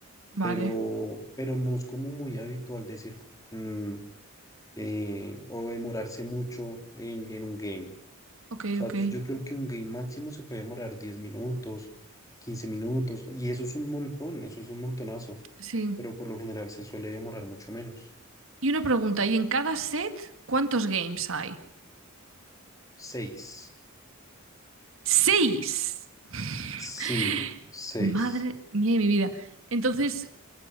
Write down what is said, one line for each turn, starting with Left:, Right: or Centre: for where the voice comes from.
Right: Vale,
Left: pero, pero no es como muy habitual decir mm, eh, o demorarse mucho en, en un game.
Right: ok,
Left: O sea,
Right: ok.
Left: yo, yo creo que un game máximo se puede demorar 10 minutos, 15 minutos, y eso es un montón, eso es un montonazo,
Right: Sí.
Left: pero por lo general se suele demorar mucho menos.
Right: Y una pregunta, ¿y en cada set cuántos games hay?
Left: seis
Right: Seis.
Left: Sí,
Right: <laughs>
Left: 6.
Right: Madre mía de mi vida. Entonces,